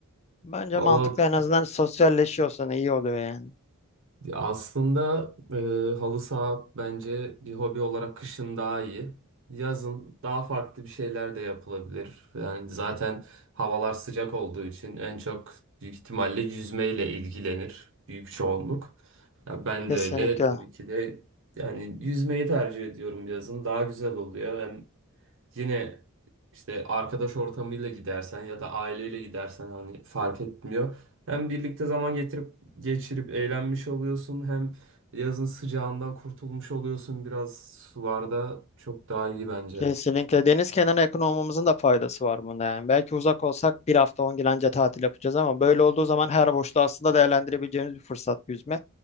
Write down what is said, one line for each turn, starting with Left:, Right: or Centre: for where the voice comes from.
Left: Bence
Right: Valla
Left: mantıklı en azından sosyalleşiyorsan iyi oluyor yani.
Right: Ya Aslında e, halı saha bence bir hobi olarak kışın daha iyi. Yazın daha farklı bir şeyler de yapılabilir. Yani zaten havalar sıcak olduğu için en çok büyük ihtimalle yüzmeyle ilgilenir büyük çoğunluk. Ya ben
Left: Kesinlikle.
Right: de öyle tabii ki de yani yüzmeyi tercih ediyorum yazın. Daha güzel oluyor. Hem Yine işte arkadaş ortamıyla gidersen ya da aileyle gidersen hani fark etmiyor. Hem birlikte zaman getirip geçirip eğlenmiş oluyorsun hem yazın sıcağından kurtulmuş oluyorsun biraz sularda çok daha iyi bence.
Left: Kesinlikle. Deniz kenarına yakın olmamızın da faydası var bunda yani. Belki uzak olsak bir hafta on gün anca tatil yapacağız ama böyle olduğu zaman her boşluğu aslında değerlendirebileceğimiz bir fırsat yüzme.